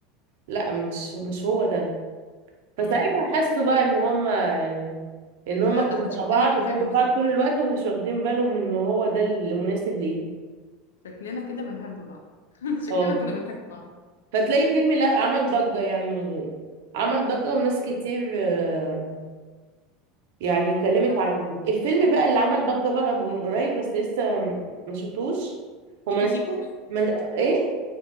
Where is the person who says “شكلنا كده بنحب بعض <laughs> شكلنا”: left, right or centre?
Left